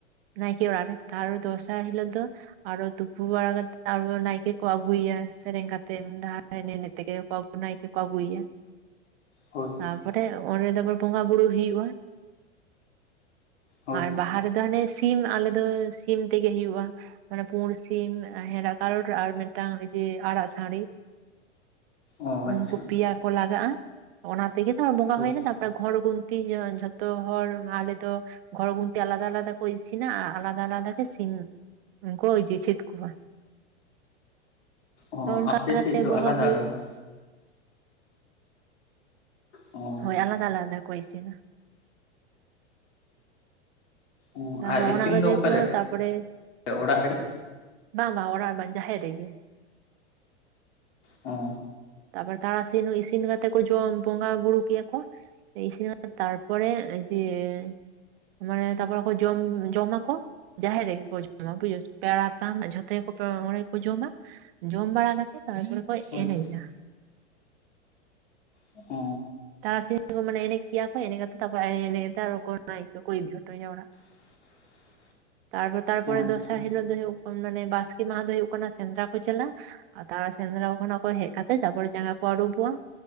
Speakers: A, on the right; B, on the left.
A: ᱱᱟᱭᱠᱮ ᱚᱲᱟᱜ ᱨᱮ, ᱛᱟᱨ ᱫᱚᱥᱟᱨ ᱦᱤᱞᱳᱜ ᱫᱚ ᱟᱨᱚ ᱛᱩᱯᱩ ᱵᱟᱲᱟᱜ ᱠᱟᱛᱮ ᱟᱨᱚ ᱱᱟᱭᱠᱮ ᱠᱚ ᱟᱹᱜᱩᱭᱟ ᱥᱮᱨᱮᱧ ᱠᱟᱛᱮᱫ ᱰᱟᱦᱟᱨ ᱮᱱᱮᱡ ᱮᱱᱮᱡ ᱛᱮᱜᱮ ᱠᱚ ᱱᱟᱭᱠᱮ ᱠᱚ ᱟᱹᱜᱩᱭᱟ ᱾
B: ᱦᱳᱭ ᱾
A: ᱛᱟᱯᱚᱨᱮ ᱚᱸᱰᱮ ᱫᱚ ᱟᱵᱟᱨ ᱵᱚᱸᱜᱟ ᱵᱩᱨᱩ ᱦᱩᱭᱩᱜᱼᱟ ᱾
B: ᱦᱳᱭ
A: ᱟᱨ ᱵᱟᱦᱟ ᱨᱮᱫᱚ ᱦᱟᱸᱱᱮ ᱥᱤᱢ ᱟᱞᱮ ᱫᱚ ᱥᱤᱢ ᱛᱮᱜᱮ ᱦᱳᱭᱳᱜᱼᱟ ᱢᱟᱱᱮ ᱯᱩᱲ ᱥᱤᱢ, ᱦᱮᱸᱲᱟᱜ ᱠᱟᱞᱚᱴ ᱟᱨ ᱢᱤᱫᱴᱟᱝ ᱡᱮ ᱟᱨᱟᱜ ᱥᱟᱸᱰᱤ
B: ᱚ ᱟᱪᱪᱷᱟ
A: ᱩᱱᱠᱩ ᱯᱮᱭᱟ ᱠᱚ ᱞᱟᱜᱟᱜᱼᱟ ᱚᱱᱟ ᱛᱮᱜᱮ ᱛᱚ ᱵᱚᱸᱜᱟ
B: ᱦᱳᱭ
A: ᱦᱩᱭᱱᱟ ᱛᱟᱨᱯᱚᱨᱮ ᱜᱷᱚᱨ ᱜᱩᱱᱛᱤ ᱤᱭᱟᱹ ᱡᱷᱚᱛᱚ ᱦᱚᱲ ᱟᱞᱮ ᱫᱚ ᱜᱷᱚᱨ ᱜᱩᱱᱛᱮ ᱟᱞᱟᱫᱟ ᱟᱞᱟᱫᱟ ᱠᱚ ᱤᱥᱤᱱᱟ ᱟᱨ ᱟᱞᱟᱫᱟ ᱟᱞᱟᱫᱟ ᱜᱮ ᱥᱤᱢ ᱩᱱ ᱠᱚ ᱡᱮ ᱡᱷᱮᱫ ᱠᱚᱣᱟ ᱾
B: ᱚ
A: ᱦᱳᱭ ᱚᱱᱠᱟ
B: ᱟᱯᱮ
A: ᱠᱟᱛᱮ
B: ᱥᱮᱫ ᱫᱚ
A: ᱵᱚᱸᱜᱟ
B: ᱟᱞᱟᱫᱟ
A: ᱦᱳᱭᱳᱜᱼᱟ
B: ᱟᱞᱟᱫᱟ
A: ᱾
B: ᱚ <unintelligible>
A: ᱦᱳᱭ ᱟᱞᱟᱫᱟ ᱟᱞᱟᱫᱟ ᱠᱚ ᱤᱥᱤᱱᱟ ᱾
B: ᱚ
A: ᱛᱟᱯᱚᱨᱮ
B: ᱟᱨ ᱤᱥᱤᱱ
A: ᱚᱱᱟ ᱠᱚᱛᱮ
B: ᱫᱚ ᱚᱠᱟᱨᱮ
A: ᱠᱚ ᱛᱟᱯᱚᱨᱮ,
B: ᱚᱲᱟᱜ ᱨᱮ
A: ᱵᱟᱝ ᱵᱟᱝ ᱚᱲᱟᱜ ᱵᱟᱝ ᱡᱟᱦᱮᱨ ᱨᱮᱜᱮ ᱾
B: ᱚ ᱾
A: ᱛᱟᱯᱚᱨ ᱛᱟᱨᱟᱥᱤᱧ ᱤᱥᱤᱱ ᱠᱟᱛᱮᱫ ᱠᱚ ᱡᱚᱢ ᱵᱚᱸᱜᱟ ᱵᱩᱨᱩ ᱠᱮᱜ-ᱟ ᱠᱚ ᱤᱥᱤᱱᱟ ᱛᱟᱨᱯᱚᱨᱮ ᱫᱤᱭᱮ ᱢᱟᱱᱮ ᱛᱟᱯᱚᱨ ᱡᱚᱢ ᱡᱚᱢᱟᱠᱚ ᱾ ᱡᱟᱦᱮᱨ ᱨᱮᱜᱮ ᱠᱚ ᱡᱚᱢᱟ ᱵᱩᱡᱷᱟᱹ ᱯᱮᱲᱟ ᱛᱟᱢ ᱡᱷᱚᱛᱚ ᱜᱮᱠᱚ ᱚᱸᱰᱮ ᱜᱮᱠᱚ ᱡᱚᱢᱟ ᱾ ᱡᱚᱢ ᱵᱟᱲᱟ ᱠᱟᱛᱮ ᱛᱟᱨᱯᱚᱨᱮ ᱠᱚ
B: ᱦᱳᱭ
A: ᱮᱱᱮᱡᱟ ᱾
B: ᱚ ᱾
A: ᱛᱟᱨᱟᱥᱤᱧ ᱠᱚ ᱢᱟᱱᱮ ᱮᱱᱮᱡ ᱠᱮᱭᱟ ᱠᱚ ᱮᱱᱮᱡ ᱠᱟᱛᱮ ᱛᱟᱯᱚᱨᱮ <unintelligible> ᱤᱫᱤ ᱦᱚᱴᱚᱭᱭᱟ ᱚᱲᱟᱜ ᱾
B: <unintelligible>
A: ᱛᱟᱨᱯᱚᱨ ᱛᱟᱨᱯᱚᱨᱮ
B: ᱚ ᱟᱪᱪᱷᱟ
A: ᱫᱚᱥᱟᱨ ᱦᱤᱞᱳᱜ ᱫᱚ ᱦᱩᱭᱩᱜ ᱠᱟᱱᱟ ᱢᱟᱱᱮ ᱵᱟᱥᱠᱮ ᱢᱟᱦᱟ ᱫᱚ ᱦᱩᱭᱩᱜ ᱠᱟᱱᱟ ᱥᱮᱸᱫᱽᱨᱟ ᱠᱚ ᱪᱟᱞᱟᱜ-ᱟ ᱾ ᱟᱨ ᱛᱟᱨᱯᱚᱨ ᱥᱮᱸᱫᱽᱨᱟ ᱠᱷᱚᱱᱟᱜ ᱠᱚ ᱦᱮᱡ ᱠᱟᱛᱮᱜ ᱛᱟᱯᱚᱨᱮ ᱡᱟᱸᱜᱟ ᱠᱚ ᱟᱹᱨᱩᱵᱚᱜᱼᱟ